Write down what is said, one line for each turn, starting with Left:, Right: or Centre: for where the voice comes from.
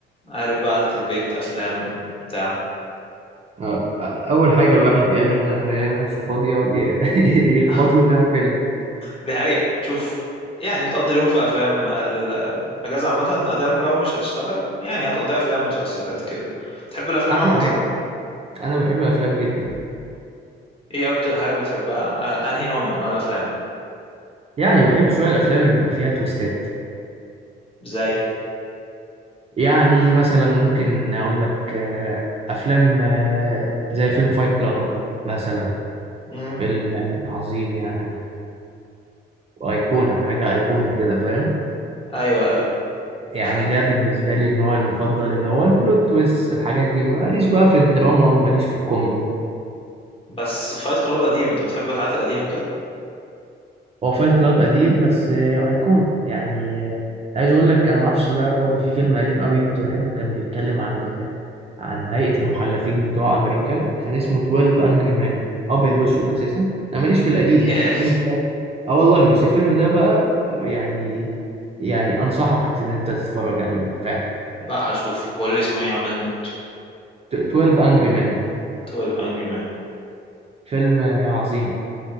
Left: عارف بقى قعده البيت افلام بتاع
Right: آه، آه، اول حاجه الواحد بيعملها لما يلاقي نفسه فاضي يقعد ي- <laughs> يخبط
Left: <laughs>
Right: له كام فيلم
Left: دي حقيقه تشوف يعني تقضي اليوم في افلام ال- الاجازه عامه ادام لو مش هتشتغل يعني هتقضيها افلام مسلسلات كده بتحب الافلام
Right: احلى
Left: عامه
Right: حاجه انا بحب الافلام جدا
Left: ايه اكتر حاجه بتحبها اه، انهي نوع من انواع الافلام
Right: يعني بحب شويه الافلام اللي بيبقى فيها تويستات
Left: زي
Right: يعني مثلا ممكن اقول لك آه، افلام آه، زي فيلم فايت كلاب مثلا
Left: امم
Right: فيلم آه، عظيم يعني وايقونه حاجه ايقونه كده فاهم
Left: ايوه ايوه
Right: يعني
Left: <laughs>
Right: ده بالنسبة لي النوع المفضل اللي هو البلوت تويست الحاجات دي ماليش بقى في الدراما وماليش في الكوميدي
Left: بس فايت كلاب قديم انت بتحب الحاجات القديمه كده
Right: هو فايت كلاب قديم بس آه، أيقونة يعني آه، عايز أقول لك أنا معرفش بقى برضه في فيلم قديم قوي كنت بحبه كان بيتكلم عن ال... عن هيئة المحلفين بتوع أمريكا كان اسمه 12 أنجري مان أبيض وأسود أساسا أنا ماليش في القديم
Left: <laughs>
Right: بس
Left: ياه.
Right: الفيلم ده آه والله بس الفيلم ده بقى آه، يعني يعني أنصحك إن أنت تتفرج عليه بقى فعلا
Left: لا هشوف قول لي اسمه ايه اعمل نوت
Right: 12 أنجري مان
Left: 12 انجري مان
Right: فيلم آه، عظيم